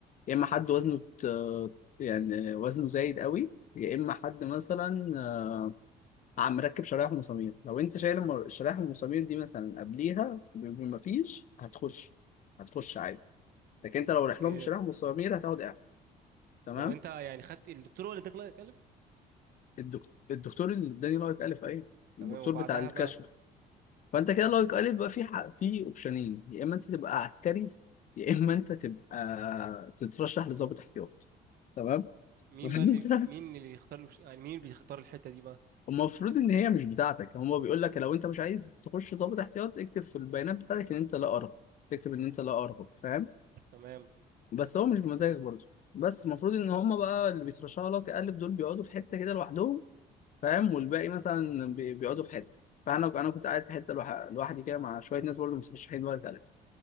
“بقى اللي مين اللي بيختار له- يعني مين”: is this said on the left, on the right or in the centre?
Right